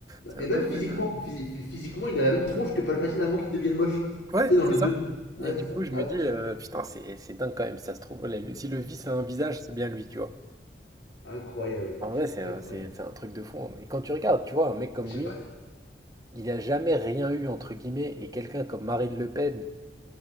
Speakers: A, on the right (about 20°); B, on the left (about 85°).
A: C'est
B: Et
A: un
B: même
A: peu
B: physiquement,
A: le même. euh,
B: phys- physiquement, il a la même tronche que Palpatine avant qu'il devienne moche.
A: Ouais,
B: Tu sais, dans
A: c'est
B: le
A: ça.
B: deux Ouais,
A: Et du
B: c'est ça.
A: coup, je me
B: Abusé.
A: dis, euh, putain, c'est c'est dingue quand même, ça se trouve. le-
B: Hmm.
A: Si le vice a un visage, c'est bien lui, tu vois.
B: Incroyable.
A: En vrai, c'est un,
B: Incroyable.
A: c'est- c'est un truc de fond. Mais quand tu regardes, tu vois, un mec comme
B: Je sais
A: lui,
B: pas.
A: il a jamais rien eu, entre guillemets, et quelqu'un comme Marine Le Pen,